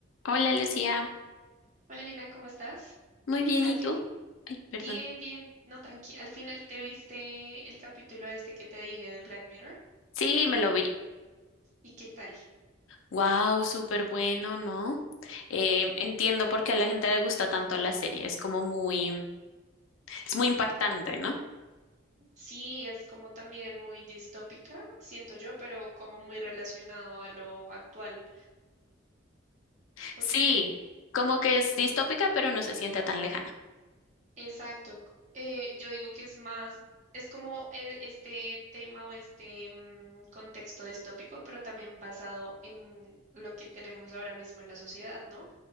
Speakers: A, on the left; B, on the right.
A: Hola Lucía,
B: Hola Lina, ¿cómo estás?
A: muy bien,
B: Al
A: ¿y
B: fin,
A: tú? Ay,
B: bien,
A: perdón.
B: bien, no, tranqui. Al final te viste el capítulo este que te dije de Black Mirror.
A: Sí, me lo vi.
B: ¿Y qué tal?
A: Wow, súper bueno, ¿no? Eh, entiendo por qué a la gente le gusta tanto la serie, es como muy, es muy impactante, ¿no?
B: Sí, es como también muy distópica, siento yo, pero como muy relacionado a lo actual. Porque,
A: Sí, como que es distópica, pero no se siente tan lejana.
B: exacto, eh, yo digo que es más, es como eh, este tema o este mm, contexto distópico, pero también basado en lo que tenemos ahora mismo en la sociedad, ¿no?